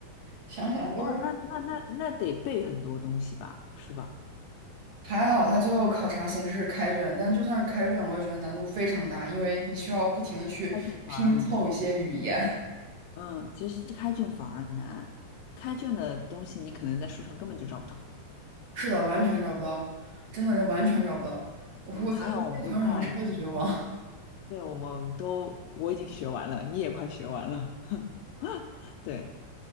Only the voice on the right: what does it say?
想想都是。
还好他最后考察形式是开卷，但就算是开卷，我也觉得难度非常大，因为你需要不停的去拼凑一些语言。
<laughs> 是的，完全找不到，真的是完全找不到。我我在我在考场上超级绝望。